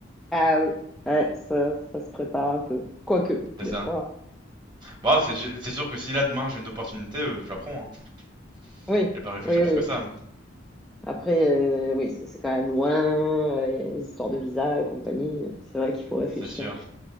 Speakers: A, in the centre; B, on the right.
A: Ah oui, ouais, ça, ça se prépare un peu. Quoique,
B: C'est
A: des
B: ça.
A: fois. hein.
B: Bon, c'est j'ai- c'est sûr que si là, demain, j'ai une opportunité, euh, je la prends. Hein.
A: Oui,
B: Je vais pas réfléchir
A: oui,
B: plus
A: oui.
B: que ça,
A: Après, euh, oui, c'est c'est quand même loin, euh, il y a les histoires de visa et compagnie. C'est vrai qu'il faut réfléchir.
B: c'est sûr.